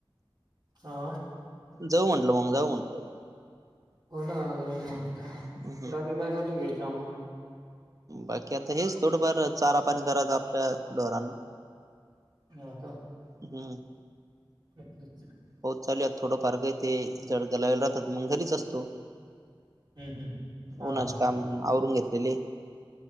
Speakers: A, on the right (about 55°); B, on the right (about 40°).
A: हा
B: जाऊ म्हटलं मग जाऊ म्हटलं.
A: हो ना जाऊ ना,
B: हम्म
A: बाकी काय चालूय घरी कामं.
B: बाकी आता हेच थोडंफार, चारा पाणी करायचं आपल्या ढोरांना.
A: होका.
B: हम्म,
A: <inaudible>
B: हो चालुयात, थोडं फार काय ते जड दगदग राहतात मग घरीच असतो.
A: हं, हं. हां.
B: उन्हाच काम
A: हॅलो.
B: आवरून घेतलेले.